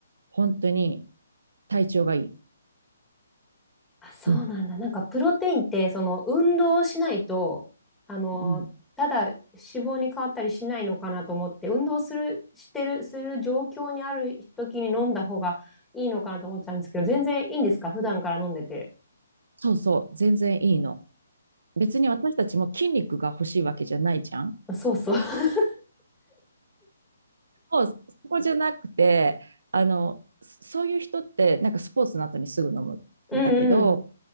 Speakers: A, on the right; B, in the centre.
A: 本当に体調がいい。
B: あ、そうなんだ。
A: うん。
B: なんかプロテインって、その運動をしないと、あの、
A: うん。
B: ただ脂肪に変わったりしないのかなと思って、運動する、してる、する状況にある時に飲んだ方がいいのかなと思ってたんですけど、全然いいんですか普段から飲んでて。
A: そうそう。全然いいの。別に私たちも筋肉が欲しいわけじゃないじゃん。
B: あ、そうそう。<laughs>
A: そう、そこじゃなくて、あの、そういう人って、なんかスポーツの後にすぐ飲むんだけど、
B: うん